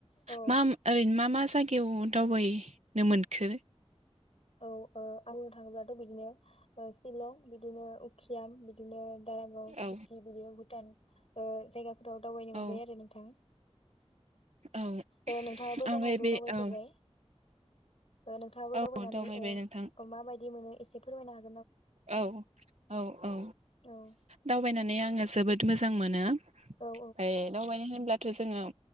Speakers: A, on the left; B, on the right.
A: औ
B: मा ओरैनो मा मा जाय गायाव दावबायनो मोनखो?
A: औ ओ आङो थाङोब्लाथ' बिदिनो ओ सिलं, बिदिनो उखियाम, बिदिनो दारागाव
B: औ
A: सुकि बिदिनो भुटान ओ जायगाफोराव दावबायनो मोनबाय
B: औ
A: आरो नोंथां
B: औ
A: ओ नोंथाङाबो
B: ओमफ्राय
A: जानो हागौ
B: बे
A: दावबायफेरबाय
B: औ
A: ओ नोंथाङाबो दावबायनानै
B: औ दावबायबाय
A: ओ
B: नोंथां
A: मााबायदि मोनो एसे फोरमायना हो
B: औ औ औ
A: औ
B: दावबायना नानै आङो जोबोद मोजां मोनो ओमफ्राय
A: औ
B: दावबायनो होनब्लाथ' जोङो